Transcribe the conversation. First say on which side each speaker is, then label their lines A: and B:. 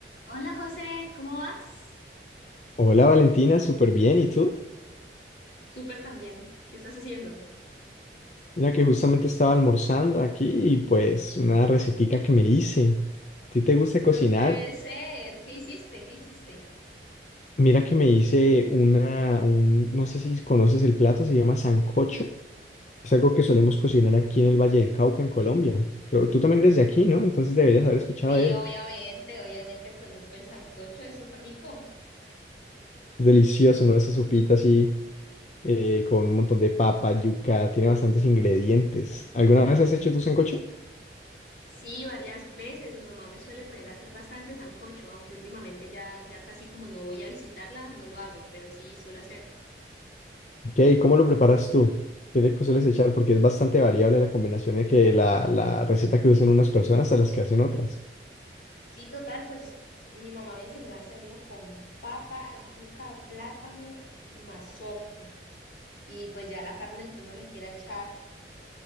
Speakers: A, on the left (about 70°); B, on the left (about 40°).
A: Hola José, ¿cómo vas?
B: Hola Valentina, súper bien. ¿Y tú?
A: Súper también. ¿Qué estás haciendo?
B: Mira que justamente estaba almorzando aquí y pues una recetica que me hice. ¿A ti te gusta cocinar?
A: No puede ser, ¿qué hiciste? ¿Qué hiciste?
B: Mira que me hice una, un, no sé si conoces el plato, se llama sancocho. Es algo que solemos cocinar aquí en el Valle del Cauca, en Colombia. Creo, tú también eres de aquí, ¿no? Entonces deberías haber escuchado
A: Sí,
B: de él.
A: obviamente, obviamente conozco el sancocho, es súper rico.
B: Es delicioso, ¿no? Esa sopita así eh, con un montón de papa, yuca, tiene bastantes ingredientes. ¿Alguna vez has hecho tu sancocho?
A: Sí, varias veces mi mamá me suele poner a hacer bastante sancocho, aunque últimamente ya, ya casi como no voy a visitarla, no lo hago, pero sí suelo hacer.
B: Ok, ¿cómo lo preparas tú? ¿Qué le sueles echar? Porque es bastante variable la combinación de que la, la receta que usan unas personas a las que hacen otras.
A: Sí, total, pues mi mamá me enseñó a hacerlo con papa, yuca, plátano, mazorca y pues ya la carne que uno le quiera echar.